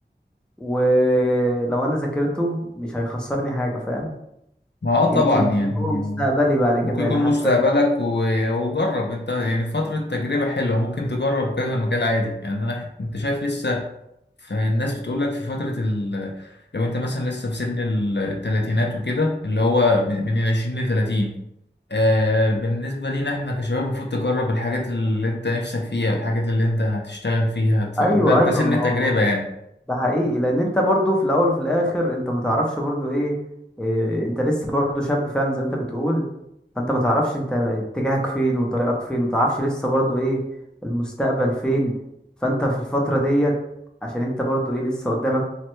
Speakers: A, in the centre; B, on the left.
A: ولو انا ذاكرته مش هيخسرني حاجة فاهم
B: ما اه
A: يمكن
B: طبعا
A: يكون
B: يعني
A: هو مستقبلي بعد كده
B: ممكن يكون
A: يعني حتى
B: مستقبلك و- وجرب انت يعني فترة تجربة حلوة ممكن تجرب كذا مجال عادي يعني انا انت شايف لسه فالناس بتقولك في فترة ال... لو انت مثلا لسه في سن ال- التلاتينات وكده اللي هو من من العشرين لتلاتين آه بالنسبة لينا احنا كشباب المفروض تجرب الحاجات اللي انت نفسك فيها والحاجات اللي انت هتشتغل فيها
A: ايوه
B: ده, ده
A: ايوه
B: سن
A: ما
B: التجربة
A: هو
B: يعني
A: ده حقيقي لان انت برضو في الاول وفي الاخر انت ما تعرفش برضو ايه, إيه انت لسه برضو شاب فعلا زي ما انت بتقول فانت ما تعرفش انت اتجاهك فين وطريقك فين ما تعرفش لسه برضو ايه المستقبل فين فانت في الفترة ديت عشان انت برضو ايه لسه قدامك